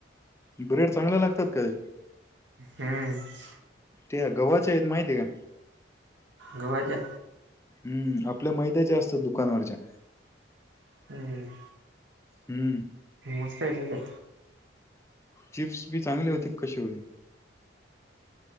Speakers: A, on the left (about 15°); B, on the right (about 75°).
A: ब्रेड चांगले लागतात काय?
B: हम्म
A: ते गव्हाचे आहेत माहितीय का?
B: गव्हाच्या
A: हम्म आपल्या मैद्याच्या असतात दुकानवरच्या.
B: हम्म,
A: हम्म
B: मस्त येत काय?
A: चिप्स बी चांगले होते कसे.